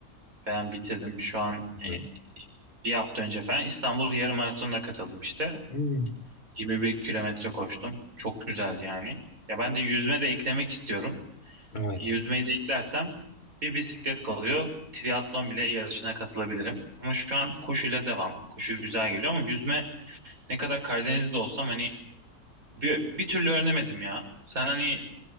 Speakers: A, on the right; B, on the left.
A: falan bitirdim. Şu an e,
B: Hı.
A: bir hafta önce falan İstanbul yarım maratonuna katıldım işte.
B: Hmm.
A: 21 kilometre koştum. Çok güzeldi yani. Ya ben de yüzme de eklemek istiyorum.
B: Evet.
A: Yüzmeyi de eklersem bir bisiklet kalıyor. Triatlon bile yarışına katılabilirim. Ama şu an koşuyla devam. Koşu güzel geliyor ama yüzme ne kadar Karadeniz'de olsam hani bir, bir türlü öğrenemedim ya. Sen hani